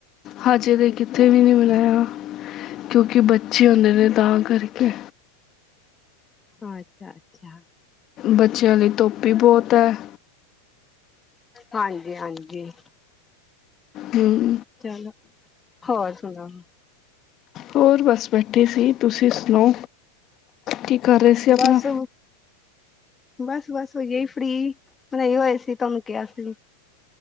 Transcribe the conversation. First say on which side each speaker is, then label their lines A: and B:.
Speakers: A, on the left; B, on the left.
A: ਹਜੇ ਤਾਂ ਕਿੱਥੇ ਵੀ ਨ੍ਹੀਂ ਬਣਾਇਆ। ਕਿਉਂਕਿ ਬੱਚੇ ਹੁੰਦੇ ਨੇ ਤਾਂ ਕਰਕੇ ਕਿ
B: ਅੱਛਾ ਅੱਛਾ
A: ਬੱਚਿਆਂ ਲਈ ਧੁੱਪ ਬਹੁਤ ਹੈ
B: ਹਾਂਜੀ ਹਾਂਜੀ
A: ਹਮ
B: ਚਲੋ ਹੋਰ ਸੁਣਾ
A: ਹੋਰ ਬੱਸ ਬੈਠੀ ਸੀ ਤੁਸੀਂ ਸੁਣਾ ਕਿ ਕਰ ਰਹੇ ਸੀ ਆਪਣਾ
B: ਬਸ ਬਸ ਬਸ ਹੋਈਏ ਫਰੀ ਨਹੀਂ ਹੋਏ ਸੀ ਤੁਹਾਨੂੰ ਕਿਹਾ ਸੀ